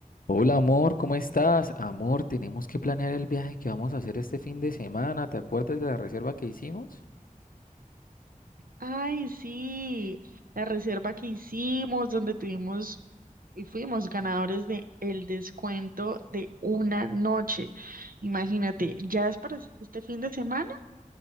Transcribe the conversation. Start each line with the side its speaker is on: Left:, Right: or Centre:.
Left: Hola amor, ¿cómo estás? Amor, tenemos que planear el viaje que vamos a hacer este fin de semana. ¿Te acuerdas de la reserva que hicimos?
Right: Ay, sí, la reserva que hicimos, donde tuvimos y fuimos ganadores de el descuento de una noche. Imagínate, ya es para este fin de semana.